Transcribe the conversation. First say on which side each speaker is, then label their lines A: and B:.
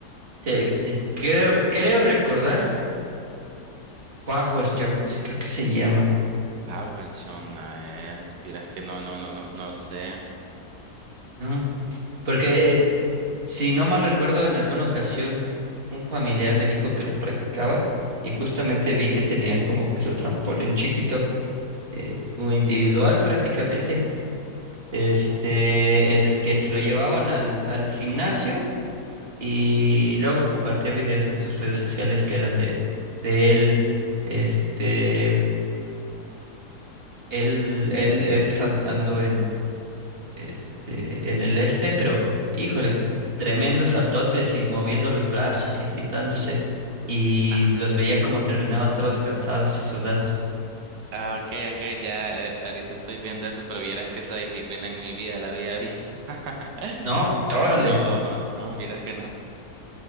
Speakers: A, on the right; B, on the right.
A: Te- te- creo, creo recordar Power Jump, sí, creo que se llama,
B: PowerShell, a ver, vieras que no, no, no, no, no sé.
A: ¿no? Porque eh, si no mal recuerdo, en alguna ocasión un familiar me dijo que lo practicaba y justamente vi que tenían como que su trampolín chiquito, eh, como individual prácticamente este, en el que se lo llevaban al, al gimnasio y luego compartía videos en sus redes sociales que eran de, de él, este, él, él, él saltando en, este, en el este, pero híjole, tremendos saltotes y moviendo los brazos y agitándose y
B: Ah,
A: los veía como terminaban todos cansados y sudados.
B: ah, ok, ok, ya, eh, ahorita estoy viendo eso, pero vieras que esa disciplina en mi vida la había visto. <laughs>
A: No, órale,
B: No, no, no, vieras que no.